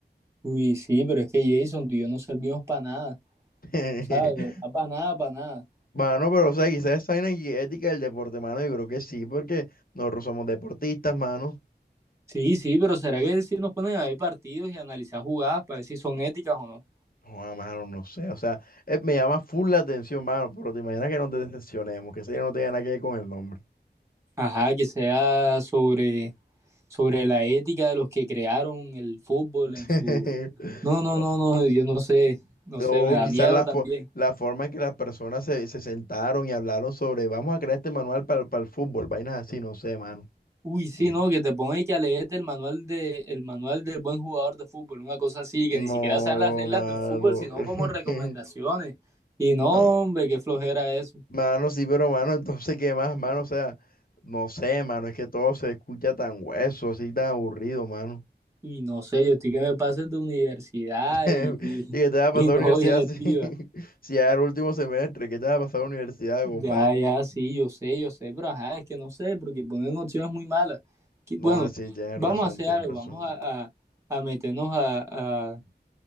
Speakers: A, on the right (about 15°); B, on the left (about 55°).
A: Uy, sí, pero es que Jason, tú y yo no servimos para nada.
B: <laughs>
A: O sea, de verdad, para nada, para nada.
B: Mano, pero o sea, quizás esa vaina y ética del deporte, mano, yo creo que sí, porque nosotros somos deportistas, mano.
A: Sí, sí, pero ¿será que si nos ponen a ver partidos y analizar jugadas para ver si son éticas o no?
B: No, mano, no sé, o sea, eh, me llama full la atención, mano, pero te imaginas que nos decepcionemos, que eso ya no tenga nada que ver con el nombre.
A: Ajá, que sea sobre, sobre la ética de los que crearon el fútbol
B: <laughs>
A: en su... No, no,
B: O-
A: no, no, yo no sé, no
B: O
A: sé, me da
B: quizás
A: miedo
B: la,
A: también.
B: fo- la forma en que las personas se, se sentaron y hablaron sobre, vamos a crear este manual para, para el fútbol, vainas así, no sé, mano.
A: Uy, sí,
B: Mm.
A: no, que te pongan y que a leerte el manual de, el manual del buen jugador de fútbol, una cosa así, que
B: No,
A: ni siquiera sean las reglas
B: mano.
A: del fútbol, sino
B: <laughs>
A: como recomendaciones. Y no,
B: No,
A: hombre, qué flojera eso.
B: mano, sí, pero mano, entonces, ¿qué más, mano? O sea, no sé, mano, es que todo se escucha tan hueso, así, tan aburrido, mano.
A: Y no sé, yo estoy que me paso de universidad
B: <laughs> ¿Y
A: y, y,
B: qué te
A: <laughs>
B: va a pasar
A: y no
B: a la universidad
A: voy electiva.
B: si, <laughs> si ya era el último semestre? ¿Qué te va a pasar a la universidad,
A: Ya,
B: compadre?
A: ya, sí, yo sé, yo sé, pero ajá, es que no sé, porque ponen opciones muy malas. Que-
B: No,
A: Bueno,
B: así, tienes
A: vamos
B: razón,
A: a hacer
B: tienes
A: algo,
B: razón.
A: vamos a, a- a meternos a, a-